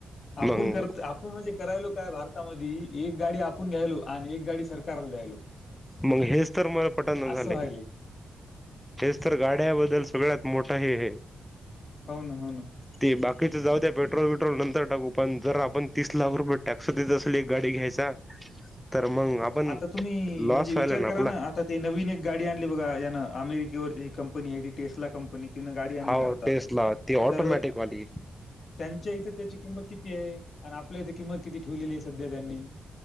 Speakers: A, on the left; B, in the centre.
A: आपुण
B: मग
A: करत आप आपण म्हणजे करायलो काय भारतामध्ये एक गाडी आपण घ्यायलो आणि एक गाडी सरकारला द्यायलो.
B: मग हेच तर मला पटन
A: असं
B: झाले.
A: व्हायलंय
B: हेच तर गाड्याबद्दल सगळ्यात मोठा हे हे
A: हो ना हो ना.
B: ते बाकीच जाऊ द्या पेट्रोल वेट्रोल नंतर टाकू पण जर आपण तीस लाख रुपये टॅक्स देत असेल एक गाडी घ्यायचा. तर मग आपण
A: आता तुम्ही
B: लॉस
A: म्हणजे विचार
B: व्हायला
A: करा
B: आपला
A: ना आता ते नवीन एक गाडी आणली बघा यान अमेरिकेवरची ही कंपनी आहे ती टेस्ला कंपनी तिन गाडी आणली
B: हाव
A: भारतात
B: टेस्ला ती ऑटोमॅटिक
A: तर
B: वाली
A: त्यांच्या इथे त्याची किंमत किती किती आहे आणि आपल्या इथे किंमत किती ठेवलेली आहे सध्या त्यांनी.